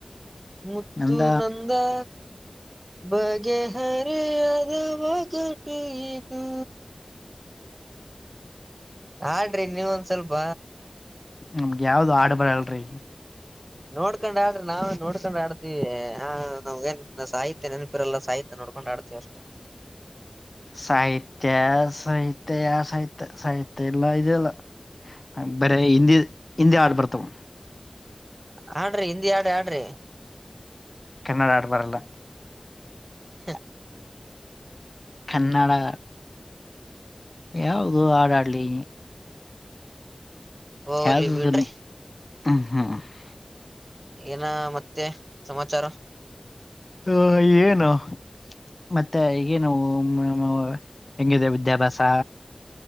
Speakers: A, on the right; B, on the left.
A: ಮುತ್ತು
B: ನಂದ
A: ನಂದಾ. ಬಗೆಹರೆಯದ ಒಗಟು ಇದು. ಹಾಡ್ರಿ ನೀವ್ ಒಂದ್ ಸ್ವಲ್ಪ.
B: ನಮ್ಗ್ ಯಾವ್ದು ಹಾಡ್ ಬರಲ್ರಿ.
A: ನೋಡ್ಕೊಂಡ್ ಹಾಡ್ರಿ ನಾವು ನೋಡ್ಕೊಂಡ್ ಹಾಡ್ತೀವಿ ಆ ನಮ್ಗೇನ್ ಸಾಹಿತ್ಯ ನೆನಪಿರಲ್ಲ ಸಾಹಿತ್ಯ ನೋಡ್ಕೊಂಡ್ ಹಾಡ್ತೀವಿ. <inaudible>
B: ಸಾಹಿತ್ಯ ಸಹಿತ್ಯ ಸಾಹಿತ್ ಸಾಹಿತ್ಯ ಇಲ್ಲಾ ಇದ ಇಲ್ಲಾ. ಬರೆ ಹಿಂದಿ ಹಿಂದಿ ಹಾಡ್ ಬರ್ತಾವ್.
A: ಹಾಡ್ರಿ ಹಿಂದಿ ಹಾಡ ಹಾಡ್ರಿ.
B: ಕನ್ನಡ ಹಾಡ್ ಬರಲ್ಲ.
A: ಹ್ಮ <inaudible>
B: ಕನ್ನಡಾ ಯಾವ್ದು ಹಾಡ ಹಾಡ್ಲಿ.
A: ಹೋಗ್ಲಿ
B: ಹದ
A: ಬಿಡ್ರಿ
B: ನೀ ಹ ಹ್ಮ್. <unintelligible>
A: ಏನ ಮತ್ತೆ ಸಮಚಾರ.
B: ಹ ಏನು. ಮತ್ತೆ ಈಗೇನು <unintelligible> ಹೆಂಗಿದೆ ವಿದ್ಯಾಭ್ಯಾಸಾ.